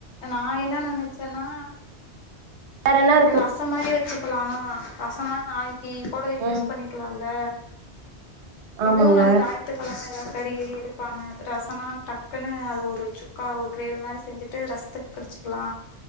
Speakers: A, on the left; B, on the right.
A: நா என்ன நனச்சன்னா
B: வேற என்ன இருக்கு
A: ரசம் மாரி வச்சுக்கலா ரசனா நாளைக் கி கூட
B: ம்
A: யூஸ் பண்ணிக்கலால்ல இப்யு
B: ஆமாங்க
A: நாளைக்கி ஞா த்துக்கெழம ஏதாவது கறி கிறி எடுப்பாங்க ரசனா டக்குன்னு அது ஒரு சுக்கா ஒரு கிரேவி மாரி செஞ்சு ட்டு ரசத்துக்கு கடிச்சுக்லா